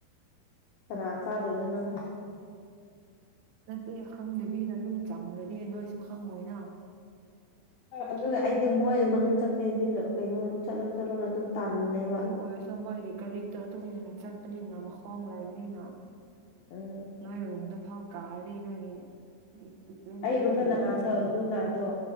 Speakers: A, on the left; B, on the right.
A: ꯈꯔ ꯆꯥꯗꯣꯏꯅ ꯅꯪ
B: ꯅꯠꯇꯦ ꯈꯪꯗꯕꯤꯗ ꯑꯗꯨꯝ ꯆꯪꯒꯗꯤꯔ ꯅꯣꯏꯁꯨ ꯈꯪꯉꯣꯏꯅ
A: ꯑꯗꯨꯒ ꯑꯩꯗꯤ ꯃꯣꯏ ꯃꯅꯨꯡ ꯆꯪꯗꯦ ꯑꯩꯗꯤ ꯀꯩꯅꯣ ꯆꯠꯂꯣ ꯆꯠꯂꯣꯅ ꯑꯗꯨꯝ ꯇꯟꯕꯅꯦ
B: ꯑꯗꯨ ꯑꯣꯏꯔꯁꯨ ꯃꯣꯏꯒꯤ ꯀꯔꯤꯛꯇ ꯑꯗꯨꯝ ꯆꯠꯄꯅꯤꯅ ꯃꯈꯣꯡ ꯂꯩꯕꯅꯤꯅ
A: ꯎꯝ
B: ꯅꯣꯏ ꯔꯨꯝꯗ ꯐꯥꯎ ꯀꯥꯔꯤ ꯅꯣꯏꯒꯤ ꯀꯤꯠꯆꯦꯟꯗꯗꯤ
A: ꯑꯩꯔꯨꯝꯅ
B: ꯀꯔꯤꯒꯤ
A: ꯅꯍꯥꯟꯗꯣ
B: ꯆꯪ
A: ꯂꯨ ꯅꯥꯗꯣ